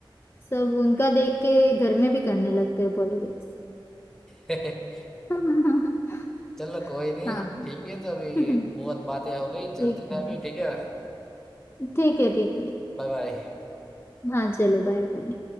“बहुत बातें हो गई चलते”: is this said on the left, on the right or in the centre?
Centre